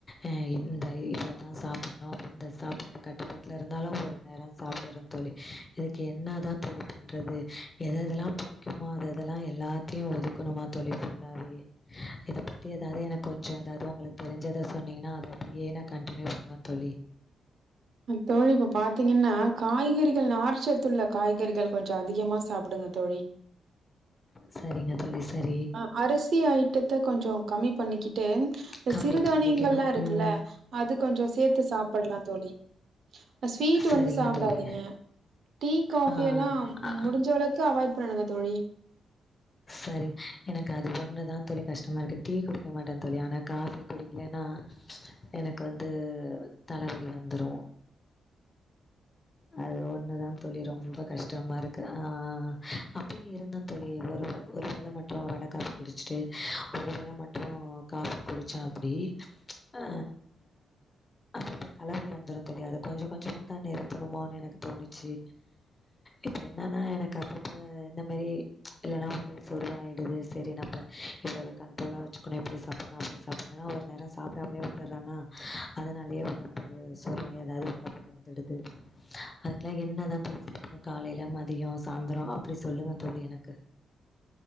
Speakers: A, on the left (about 20°); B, on the right (about 50°).
A: அ இந்த இவ்ளோதா சாப்படணு அப்டினு இந்த சாப்பாட்டு கட்டுப்பாட்டுல இருந்தாலு ஒரு நேரோ சாப்ட்டற தோழி இதுக்கு என்ன தா தோழி பண்றது எத எதெல்லா பிடிக்குமோ அதெல்லா எல்லாத்தையும் ஒது க்கனுமா தோழி ஃபுல்லாவே இத பத்தி எதாவது எனக் கொஞ்சோ ஏதாவது உங்களுக்கு தெரிஞ்சது இத சொன்னிங்கன்னா அத அப்படியே நா கன்டினியூ பண்ணுவ தோழி
B: தோழி இப்ப பாத்தீங்கன்னா காய்கறிகள் நார் சத்துள்ள காய்கறிகள் கொஞ்சோ அதிகமா சாப்டுங்க தோழி
A: சரிங்க தோழி சரி
B: அ அரிசி ஐட்டத்த கொஞ்சோ கம்மி பண்ணிக்கிட்டு இந்த
A: கம்மி
B: சிறுதானியங்கலா
A: பண்ணிக்கணும்
B: இருக்குல்ல
A: ம்
B: அது கொஞ்சோ சேத்து சாப்படலா தோழி இப்ப ஸ்வீட்
A: சரிங்க
B: வந்து சாப்டாதீங்க
A: தோழி
B: டீ காஃபி
A: ஆ
B: எல்லா
A: அ
B: முடிஞ்ச அளவுக்கு அவாய்ட் பண்ணிடுங்க தோழி
A: சரி எனக்கு அது ஒன்னு தா தோழி கஷ்டமா இருக்கு டீ குடிக்க மாட்ட தோழி ஆனா காஃபி குடிக்கலன்னா எனக்கு வந்து தலவலி வந்துரு அது ஒன்னுதா தோழி ரொம்ப கஷ்டமா இருக் கு ஆ அப்பயு இருந்த தோழி ஒரு வ ஒரு வேள மட்டு வட காஃபி குடிச்சுட்டு ஒருவேள மட்டு காஃபி குடிச்ச அப்புடி ஆ அப்பப்ப தலவலி வந்துரு தோழி அத கொஞ்ச கொஞ்சமாதா நிருத் தணுமோன் எனக்கு தோணுச்சு இப்ப என்னன்னா எனக்கு அப்பப்ப இந்த மாரி இல்லன்னா உடல் சோருவாயிடுது சரி நம்ம இல்ல அத கண்ட்ரோலா வச்சுக்கணு இப்டி சாப்பட்னு அப்டி சாப்பட்னு ஒரு நேரோ சாப்பிடாமலே விட்டுரேனா அதனாலயே உடம்பு சோறுவாயி எதாவது உடம்புக்கு வந்துடுது அதுக்கெல்லா என்னதா தோழி சாப்பட்ணு காலையில மதியோ சாந்தரோ அப்படி சொல்லுங்க தோழி எனக்கு